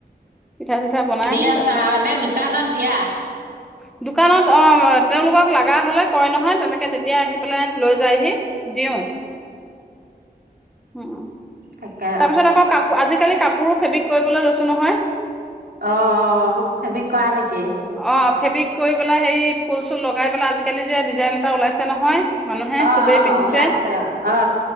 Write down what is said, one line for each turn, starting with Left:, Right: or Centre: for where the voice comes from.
Centre: পিঠা চিঠা বনাই
Right: দি আছা
Centre: তাৰপিছত
Right: এনে দোকানত দিয়া।
Centre: দোকানত অ তেওঁলোকক লগা হ'লে কয় নহয় তেনেক তেতিয়া আহি পেলাই লৈ যায় হি দিও উম তাৰপিছত
Right: তাকে
Centre: আকৌ আজিকালি কাপোৰো ফেব্ৰিক কৰিবলৈ লৈছো নহয়
Right: অ ফেবিক কোৱা নেকি
Centre: অ ফেবিক কৰি পেলাই হেৰি ফুল চুল লগাই পেলাই আজিকালি যে ডিজাইন এটা ওলাইছে নহয় মানুহে
Right: অ
Centre: চবেই
Right: অ
Centre: পিন্ধিছে
Right: উওলাইছে অ